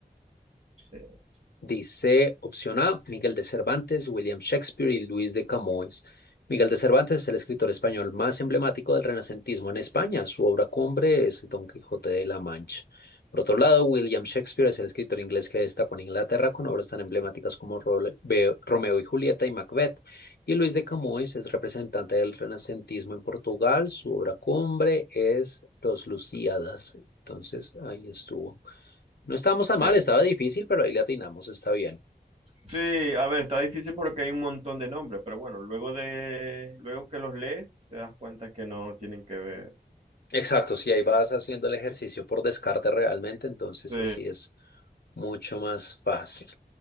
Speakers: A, on the right (about 40°); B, on the left (about 80°).
A: Sí, sí,
B: Dice opción A, Miguel de Cervantes, William Shakespeare y Luis de Camões. Miguel de Cervantes es el escritor español más emblemático del renacentismo en España. Su obra cumbre es Don Quijote de la Mancha. Por otro lado, William Shakespeare es el escritor inglés que destacó en Inglaterra con obras tan emblemáticas como Romeo y Julieta y Macbeth. Y Luis de Camões es representante del renacentismo en Portugal. Su obra cumbre es Los Lusíadas. Entonces, ahí estuvo. No estábamos tan
A: sí.
B: mal, estaba difícil, pero ahí le atinamos, está bien.
A: Sí, a ver, está difícil porque hay un montón de nombres, pero bueno, luego de, luego que los lees, te das cuenta que no tienen que ver.
B: Exacto, si ahí vas haciendo el ejercicio por descarte realmente, entonces
A: Sí,
B: así es mucho más fácil.